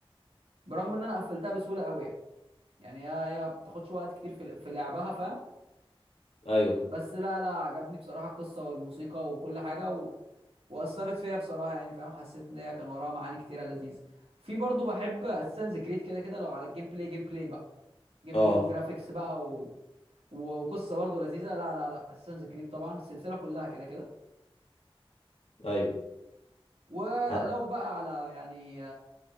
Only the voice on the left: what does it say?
أيوه
أه
أيوه
آه،